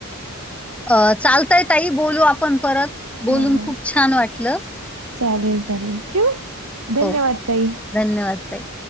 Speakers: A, in the centre; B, on the right.
A: अ चालताय ताई. बोलू आपण परत,
B: बरोबर
A: बोलून खूप छान वाटलं.
B: चालेल, चालेल, ठेऊ? धन्यवाद
A: हो
B: ताई.
A: धन्यवाद ताई.